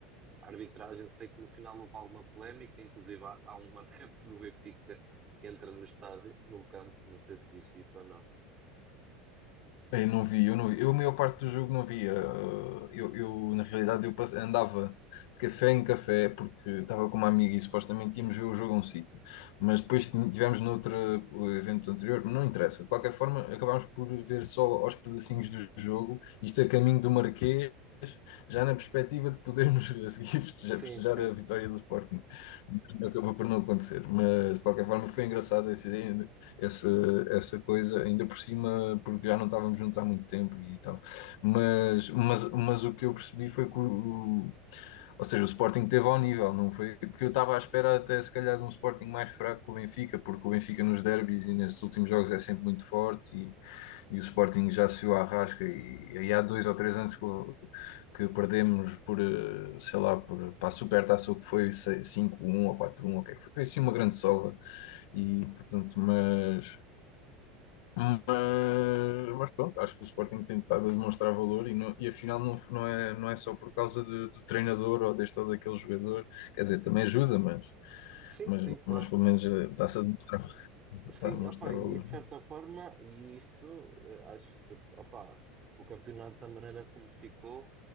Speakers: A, on the right (about 35°); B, on the left (about 70°).
A: a arbitragem, sei que no final houve alguma polémica, inclusive há, há um <laughs> adepto do Benfica que entra no estádio, no campo, não sei se viste isso ou não.
B: Eu não vi, eu não vi. Eu, a maior parte do jogo não via. Uh, Eu, eu na realidade, eu pass- andava de café em café porque estava com uma amiga e supostamente íamos ver o jogo a um sítio. Mas depois tin- tivemos noutro uh, evento anterior, não interessa. De qualquer forma, acabámos por ver só aos pedacinhos do jogo, isto a caminho do Marquês, já na perspectiva de podermos <laughs> a seguir festejar,
A: Sim,
B: festejar
A: sim.
B: a vitória do Sporting. Acabou por não acontecer. Mas de qualquer forma, foi engraçado essa ideia essa, essa coisa, ainda por cima, porque já não estávamos juntos há muito tempo e tal. Mas, mas, mas o que eu percebi foi que o, ou seja, o Sporting teve ao nível, não foi? Porque eu estava à espera até se calhar de um Sporting mais fraco que o Benfica, porque o Benfica nos derbys e nestes últimos jogos é sempre muito forte e, e o Sporting já se o arrasca e, e há dois ou três anos que, o- que perdemos por, eh, sei lá, por, para a Supertaça o que foi sei- 5-1 ou quatro um 1 o que é que foi? Foi assim uma grande sova e portanto, mas mas, mas pronto, acho que o Sporting tem estado a demonstrar valor e, não- e afinal não, f- não é, não é só por causa de- do treinador ou deste ou daquele jogador, quer dizer, também ajuda, mas,
A: Sim,
B: mas,
A: sim, claro.
B: mas pelo menos eh, está-se a demonstrar,
A: Sim,
B: está a demonstrar
A: opá, e
B: valor,
A: de certa
B: não
A: forma, e isto, eh, acho que, opá, o campeonato da maneira como ficou,